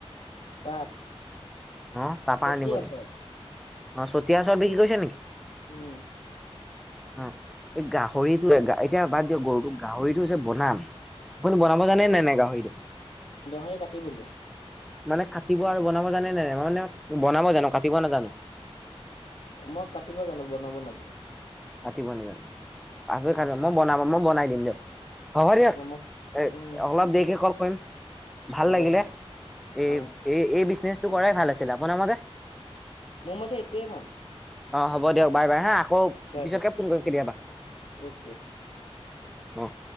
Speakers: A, on the left; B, in the centre.
A: তাত
B: অ' তাপা
A: চতিয়া
B: আনিবলে।
A: ওচৰত,
B: অ' চতিয়া চৰ বিকি কৰিছে নিকি
A: উম।
B: অ'। এই গাহৰিটোোৱ এতিয়া বাদ দিয়ক গৰুটো গাহৰিটো যে বনাম আপুনি বনাব জানে নে নাই গাহৰিটো?
A: দহৰি কাটিবলৈ?
B: মানে কাটিব আৰু বনাব জানেনে নাই? মই মানে বনাব জানো কাটিব নাজানো।
A: মই কাটিব জানো, বনাব নাজানো।
B: কাটিব নাজানে। আৰই
A: উম,
B: মই বনাবা, মই বনাই দিম দিয়ক। হ'ব দিয়ক।
A: অ' মই
B: এ,
A: উম,
B: অলপ দেৰিকে কল কৰিম। ভাল
A: হ'ব
B: লাগিলে।
A: হ'ব
B: এই
A: হয়,
B: এই এই বিজনেচটো কৰাই ভাল আছিলে। আপোনাৰ মতে?
A: মোৰ মতে এইটোৱে ভাল।
B: অ' হ'ব দিয়ক বাই বাই হা, আকৌ
A: বাই
B: পিছতকে
A: বাই,
B: ফোন কৰিম কেতিয়াবা।
A: অ'কে।
B: অ'।